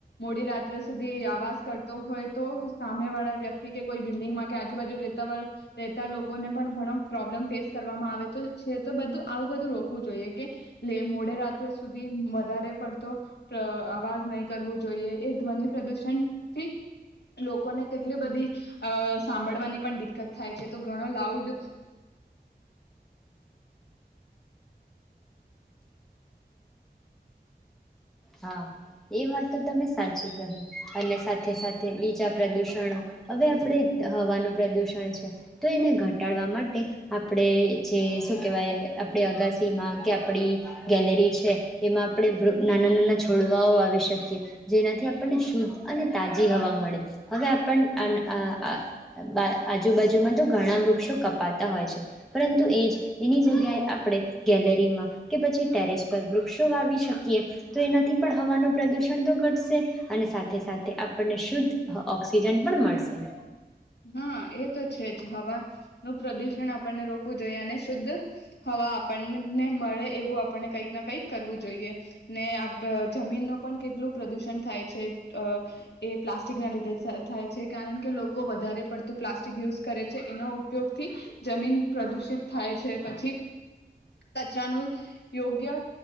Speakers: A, on the left; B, in the centre.
A: મોડી રાત્રે સુધી આવાઝ કરતો હોય તો સામેવાળા વ્યક્તિ કે કોઈ બિલ્ડિંગમાં કે આજુબાજુે રેતા વાળા, રહેેતા લોકોને પણ ઘણો પ્રોબ્લમ ફેસ કરવામાં આવે. તો છે તો, બધું આવું બધું રોકવું જોઈએ, કે મોડે રાત્રે સુધી વધારે પડતો અવાજ નહીં કરવું જોઈએ એ ધ્વનિ પ્રદૂષણ થી જ લોકોને કેટલી બધી અ સાંભળવાની પણ દિકકત થાય છે. તો ઘણો લાઉડ
B: હા, એ વાત તો તમે સાચી કહી. અને સાથે સાથે બીજા પ્રદૂષણો. હવે આપણે હવાનું પ્રદૂષણ છે, તો એને ઘટાડવા માટે આપણે જે શું કેહવાય આપણી અગાસીમાં, કે આપણી ગેલેરી છે, એમાં આપણે નાના-નાના છોડવાઓ વાવી શકીએ જેનાથી આપણને શુદ્ધ અને તાજી હવા મળે હવે આપન અ આ બા આજુબાજુમાં તો ઘણા વૃક્ષો કપાતા હોય છે પરંતુ એ જ એની જગ્ ગયા એ આપણે ગેલેરીમાં કે પછી ટેરેસ પર વૃક્ષો વાવી શકીએ પણ હવાનું પ્રદુષણ તો ઘટશે અને સાથે-સાથે આપણને શુદ્ધ ઓક્સિજન પણ મળશે.
A: હા, એ તો છે જ હવા નું પ્રદુષણ આપણને રોકવું જોઈએ અને શુદ્ધ હવા આપણને મળે એવું આપણને કંઈક ના કઈક કરવું જોઈએ ને આપ જમીન નો પણ કેટલું પ્રદુષણ થાય છે અ એ પ્લાસ્ટિક ના લીધે થાય છે કારણ કે લોક લોકો વધારે પડતું પ્લાસ્ટિક યુઝ કરે છે એનો ઉપયોગ થી જમીન પ્રદુષિત થાય છે પછી કચરાનું યોગ્ય